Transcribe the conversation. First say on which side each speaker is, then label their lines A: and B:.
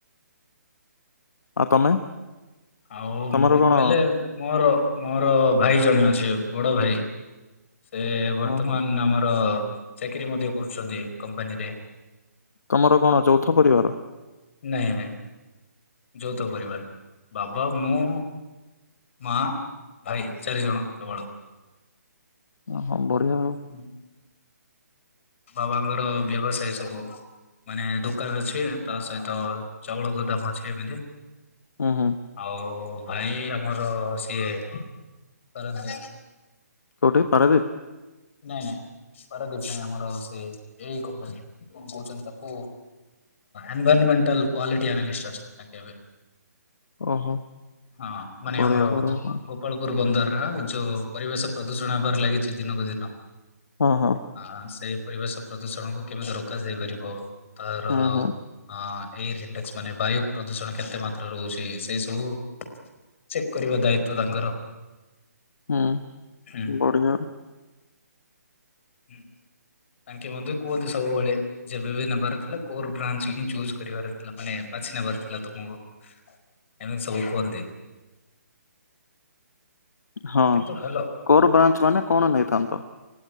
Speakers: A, on the left; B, on the left.
A: ଆ ତମେ?
B: ଆଉ
A: ତମର
B: ମୁଁ
A: କଣ?
B: କହିଲେ ମୋର, ମୋର ଭାଇ ଜଣେ ଅଛି ବଡ ଭାଇ। ସେ ବର୍ତ୍ତମାନ
A: ଓହୋ
B: ଆମର ଚାକିରି ମଧ୍ୟ କରୁଛନ୍ତି କମ୍ପାନୀରେ।
A: ତମର କଣ ଚୌଥ ପରିବାର।
B: ନାଇଁ ନାଇଁ, ଯୌଥ ପରିବାର ବାବା ମୁଁ ମା, ଭାଇ ଚାରିଜଣ କେବଳ।
A: ଓ ହଁ ବଢିଆ ଆଉ।
B: ହୁଁ ବାବାଙ୍କର ବ୍ୟବସାୟ ସବୁ ମାନେ ଦୋକାନ ଅଛି, ତା ସହିତ ଚାଉଳ ଗୋଦାମ୍ ଅଛି ଏମିତି।
A: ହୁଁ ହୁଁ
B: ଆଉ ଭାଇ ଆମର ସିଏ କରନ୍ତି
A: କଉଠି ପାରାଦୀପ?
B: ନାଇଁ ନାଇଁ, ପାରାଦୀପ ନାଇଁ, ଆମର ସେ ଏଇ କମ୍ପାନୀ କଣ କହୁଛନ୍ତି ତାକୁ? ଏନ୍ଭାଇରମେଣ୍ଟାଲ କ୍ୱାଲିଟୀ ଆନାଲିଷ୍ଟ ଅଛନ୍ତି ତାଙ୍କେ ଏବେ।
A: ଓହୋ
B: ହଁ, ମାନେ
A: ବଢିଆ
B: ଆମର
A: ବଢିଆ
B: ଗୋପ
A: ହଁ
B: ଗୋପାଳପୁର ବନ୍ଦର। ଯୋଉ ପରିବେଶ ପ୍ରଦୂଷଣ ହେବାର ଲାଗିଛି ଦିନକୁ ଦିନ,
A: ହଁ
B: ଅଁ ସେଇ ପରିବେଶ ପ୍ରଦୂଷଣକୁ କେମିତି ରୋକାଯାଇ ପାରିବ, ତାର
A: ହୁଁ
B: ଆଁ
A: ହୁଁ
B: ଏଇ ରିଣ୍ଡେକ୍ସ ମାନେ ବାୟୁ ପ୍ରଦୂଷଣ କେତେ ମାତ୍ରାରେ ରହୁଛି, ସେଇ ସବୁ ଚେକ୍ କରିବା ଦାୟିତ୍ବ ତାଙ୍କର।
A: ହୁଁ
B: ହୁଁ
A: ବଢ଼ିଯାଉ।
B: ହୁଁ। ତାଙ୍କେ ମୋତେ କୁହନ୍ତି ସବୁବେଳେ ଯେବେ ବି ନେବାର ଥିଲା କୋର୍ ବ୍ରାଞ୍ଚ ହିଁ ଚୁଜ୍ କରିବାର ଥିଲା। ମାନେ ବାଛି ନେବାର ଥିଲା ତୋମ <unintelligible> ଏମିତି ସବୁ କୁହନ୍ତି।
A: ହଁ
B: କିନ୍ତୁ ଭଲ
A: କୋର୍ ବ୍ରାଞ୍ଚ ମାନେ କଣ ନେଇଥାନ୍ତ?